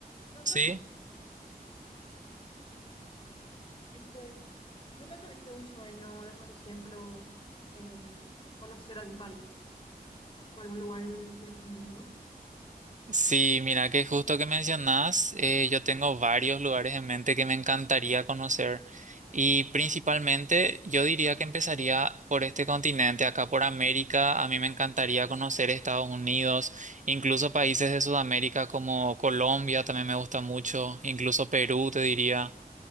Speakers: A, on the left; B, on the right.
A: ¿nunca
B: ¿sí?
A: tuviste, nunca tuviste un sueño de, por ejemplo, em, conocer algún país o algún lugar en, el en el mundo?
B: Sí, mira que justo que mencionás, eh, yo tengo varios lugares en mente que me encantaría conocer y principalmente yo diría que empezaría por este continente, acá por América, a mí me encantaría conocer Estados Unidos, incluso países de Sudamérica como Colombia también me gusta mucho, incluso Perú te diría.